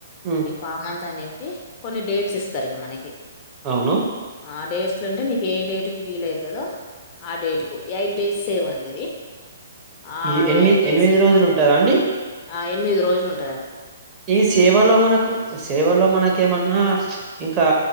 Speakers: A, on the right; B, on the left.
A: ఉమ్,
B: ఈ ఫామ్ అంతానిం పి కొన్ని డేట్స్ ఇస్తారు ఇగ మనకి
A: అవును
B: ఆ డేట్స్ అంటే నీకు ఏ డేట్ కి వీల్ అయితదో ఆ డేట్ కు ఎయిట్ డేస్ సేవ్ అ అండి ఇది ఆ
A: ఈ ఎనిమి
B: ఎయిట్ డేస్
A: ఎనిమిది రోజులు ఉంటదా అండి
B: ఆ ఎనిమిది రోజులు వుం
A: ఈ సేవలో మనకు సేవలో మనకేమన్నా ఇంకా